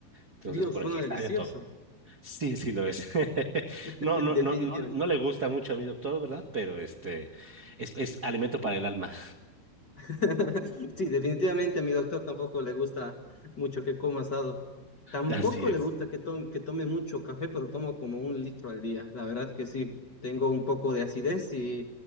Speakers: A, on the right; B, on the left.
A: Entonces,
B: Dios,
A: por
B: suena
A: aquí está
B: delicioso,
A: de todo. Sí, sí lo es. <laughs>
B: <laughs>
A: No, no,
B: definitivamente.
A: no, no, no le gusta mucho a mi doctor, ¿verdad? Pero este es, es alimento para el alma.
B: <laughs> Sí, definitivamente a mi doctor tampoco le gusta mucho que coma asado.
A: <laughs>
B: Tampoco
A: Así es.
B: le gusta que tome, que tome mucho café, pero tomo como un litro al día. La verdad que sí, tengo un poco de acidez y,